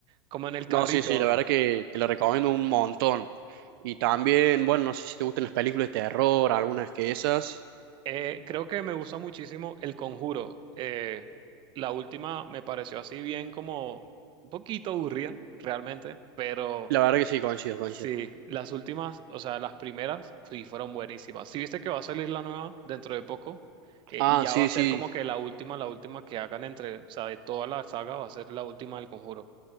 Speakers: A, on the right (about 40°); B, on the right (about 65°).
A: como en el
B: No,
A: carrito.
B: sí, sí, la verdad que te la recomiendo un montón. Y también, bueno, no sé si te gustan las películas de terror, algunas que esas.
A: Eh, creo que me gustó muchísimo El Conjuro. Eh, la última me pareció así bien como un poquito aburrida, realmente, pero
B: La verdad que sí, coincido, coincido.
A: sí, las últimas, o sea, las primeras, sí, fueron buenísimas. Sí, viste que va a salir la nueva dentro de poco Eh,
B: Ah,
A: y ya
B: sí,
A: va a ser
B: sí,
A: como que la última, la última que hagan entre, o sea, de toda la saga va a ser la última del Conjuro.